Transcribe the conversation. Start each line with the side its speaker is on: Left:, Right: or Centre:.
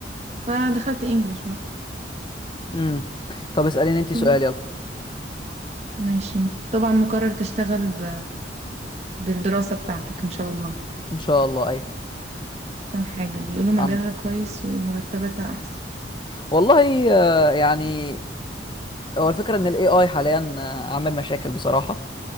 Right: فدخلت انجليش بقى
Left: امم طب اسأليني انت سؤال
Right: بس
Left: يلا
Right: ماشي طبعا مقرر تشتغل ب... بالدراسة بتاعتك ان شاء الله
Left: ان شاء الله ايوه
Right: احسن حاجة بيقولوا مجالها
Left: عم
Right: كويس ومرتباتها احسن
Left: والله آه، يعني هو الفكرة ان الاي اي حاليا آه، عامل مشاكل بصراحة